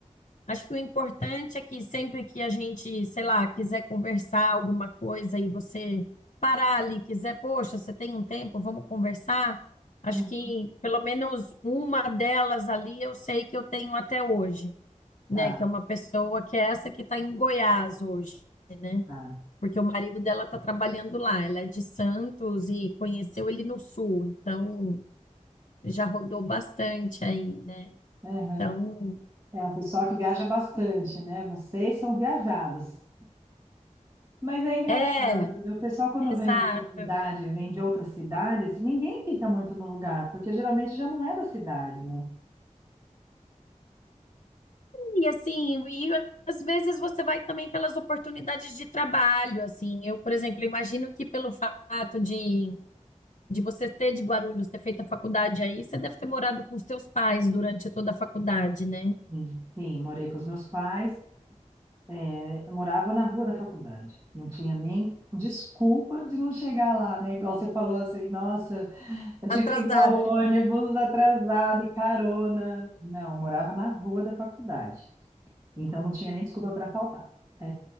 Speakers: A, on the left (about 60°); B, on the right (about 35°).
A: Acho que o importante é que sempre que a gente, sei lá, quiser conversar alguma coisa e você parar ali, quiser, poxa, você tem um tempo, vamos conversar. Acho
B: Hum,
A: que pelo menos uma delas ali eu sei que eu tenho até hoje, né?
B: Tá,
A: Que é uma pessoa que é essa que está em Goiás hoje, né?
B: tá.
A: Porque o marido dela está trabalhando lá. Ela é de Santos e conheceu ele no Sul, então já rodou bastante aí, né?
B: Aham.
A: Então,
B: É um pessoal que viaja bastante, né? Vocês são viajados. Mas é engraçado,
A: é,
B: né? O pessoal, quando
A: exato.
B: vem de outra cidade, vem de outras cidades, ninguém fica muito no lugar, porque geralmente já não é da cidade, né?
A: E assim, e às vezes você vai também pelas oportunidades de trabalho, assim. Eu, por exemplo, imagino que pelo fato de, de você ser de Guarulhos, ter feito a faculdade aí, você deve ter morado com os seus pais durante toda a faculdade, né?
B: Sim, sim, morei com os meus pais, é, eu morava na rua da faculdade, não tinha nem desculpa de não chegar lá, né? Igual você falou assim, nossa, eu tinha
A: Atrasada.
B: que pegar o ônibus atrasado e carona. Não, eu morava na rua da faculdade, então não tinha nem desculpa para faltar. É,